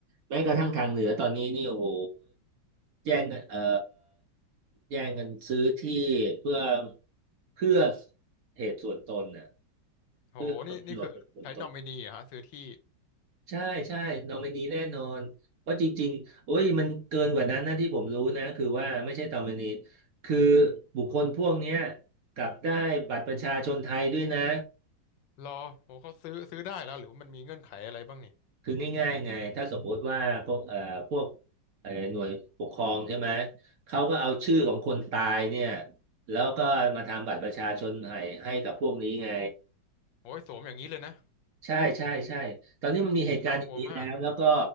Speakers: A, on the right; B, on the left.
A: แม้กระทั่งทางเหนือตอนนี้นี่โอ้โหแย่งกันเอ่อแย่งกันซื้อที่เพื่อเพื่อเหตุส่วนตนน่ะ
B: โหนี่นี่คือใช้นอมินีเหรอฮะซื้อที่
A: เพื่อผลประโยชน์จากฝนตกใช่ใช่นอมินีแน่นอนเพราะจริงๆโอ้ยมันเกินกว่านั้นนะที่ผมรู้นะคือว่าไม่ใช่นอมินีคือบุคคลพวกเนี้ยกลับได้บัตรประชาชนไทยด้วยนะ
B: รอโหเขาซื้อซื้อได้แล้วหรือว่ามันมีเงื่อนไขอะไรบ้างเนี่ย
A: คือง่ายๆไงถ้าสมมติว่าพวกเอ่อพวกเอ่อหน่วยปกครองใช่ไหมเขาก็เอาชื่อของคนตายเนี่ยแล้วก็มาทำบัตรประชาชนให้ให้กับพวกนี้ไง
B: โอ้ยสวมอย่างนี้เลยนะ
A: ใช่ใช่ใช่ตอนนี้มันมีเหตุการณ์อย่างนี้แล้วแล้วก็
B: น่ากลัวมาก